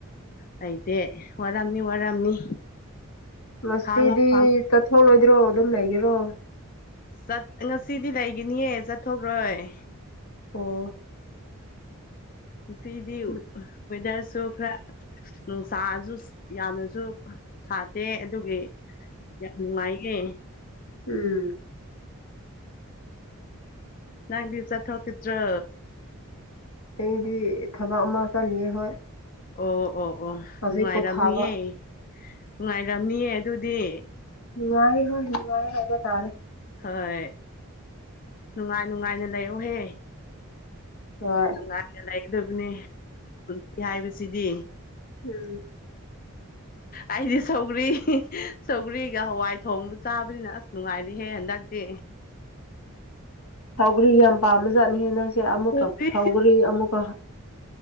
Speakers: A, on the left (about 40°); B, on the left (about 80°).
A: ꯂꯩꯇꯦ ꯋꯥꯔꯝꯅꯤ ꯋꯥꯔꯝꯅꯤ
B: ꯉꯁꯤꯗꯤ
A: ꯈꯥꯡꯉꯣ ꯈꯥꯡꯉꯣ
B: ꯆꯠꯊꯣꯛꯂꯣꯏꯗ꯭ꯔꯣ ꯑꯗꯨꯝ ꯂꯩꯒꯦꯔꯣ
A: ꯠ ꯉꯁꯤꯗꯤ ꯂꯩꯒꯤꯅꯤꯌꯦ ꯆꯠꯊꯣꯛꯈꯔꯣꯏ
B: ꯑꯣ
A: ꯁꯤꯗꯤ
B: ꯎꯝ
A: ꯋꯦꯗꯔꯁꯨ ꯈꯔ ꯅꯨꯡꯁꯥꯁꯨ ꯌꯥꯝꯅꯁꯨ ꯁꯥꯗꯦ ꯑꯗꯨꯒꯤ ꯌꯥꯝꯉꯥꯏꯅꯦ
B: ꯎꯝ
A: ꯅꯪ ꯁꯠ ꯍꯀꯗ꯭ꯔ
B: ꯑꯩꯗꯤ ꯊꯕꯛ ꯑꯃꯥ ꯆꯥꯂꯤꯌꯦ ꯍꯣꯏ
A: ꯑꯣ ꯑꯣ ꯑꯣ
B: ꯍꯧꯖꯤꯛ
A: ꯅꯨꯡꯉꯥꯏꯔꯝꯅꯤꯌꯦ
B: ꯄꯣꯊꯥꯕ
A: ꯅꯨꯡꯉꯥꯏꯔꯝꯅꯤꯌꯦ ꯑꯗꯨꯗꯤ
B: ꯅꯨꯡꯃꯥꯏ ꯍ ꯅꯨꯡꯃꯥꯏ ꯍꯥꯏꯕ ꯇꯥꯔꯦ
A: ꯍꯣꯏ ꯅꯨꯡꯉꯥꯏ ꯅꯨꯡꯉꯥꯏꯅ ꯂꯩꯔꯎꯍꯦ
B: ꯍꯣꯏ
A: ꯉꯥꯏꯅ ꯂꯩꯒꯗꯕꯅꯦ ꯄꯨꯟꯁꯤ ꯍꯥꯏꯕꯁꯤꯗꯤ
B: ꯎꯝ <inaudible>
A: ꯑꯩꯗꯤ ꯁꯧꯒ꯭ꯔꯤ ꯁꯧꯒ꯭ꯔꯤꯒ ꯍꯋꯥꯏ ꯊꯣꯡꯕ ꯆꯥꯕꯅꯤꯅ ꯑꯁ ꯅꯨꯡꯉꯥꯏꯔꯤꯍꯦ ꯍꯟꯗꯛꯇꯤ
B: ꯁꯥꯎꯒ꯭ꯔꯤ ꯌꯥꯝ ꯄꯥꯝꯃ ꯆꯠꯅꯤ ꯍꯦ ꯅꯪꯁꯦ ꯑꯃꯨꯛꯀ
A: ꯁꯧꯒ꯭ꯔꯤ
B: ꯁꯥꯎꯒ꯭ꯔꯤ ꯑꯃꯨꯛꯀ ꯀꯍ